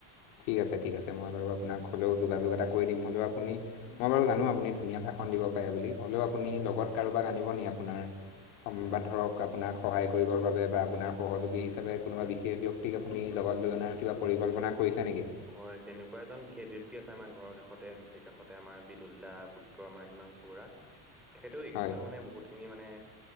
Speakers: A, on the left (about 80°); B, in the centre.
A: ঠিক আছে, ঠিক আছে মই বাৰু আপোনাক হ'লেও যোগাযোগ এটা কৰি দিম। হ'লেও আপুনি মই বাৰু জানো আপুনি ধুনীয়া ৰাস অকণ দিব পাৰে বুলি হ'লেও আপুনি লগত কাৰোবাক আনিব নি আপোনাৰ সম্পা ধৰক আপোনাক সহায় কৰিবৰ বাবে বা আপোনাৰ সহযোগী হিচাপে কোনোবা সেই ব্যক্তিক আপুনি লগত লৈ অনাৰ কিবা পৰিকল্পনা কৰিছে নেকি?
B: হয় তেনেকুৱা এজন বিশেষ ব্যক্তি আছে আমাৰ ঘৰৰ কাষতে নিচেই কাষতে আমাৰ বিদুল দা পুত্ৰ আমাৰ হিমাংশু বৰা। তেখেতেও এই ক্ষেত্ৰত
A: হয়।
B: মানে বহুত খিনি মানে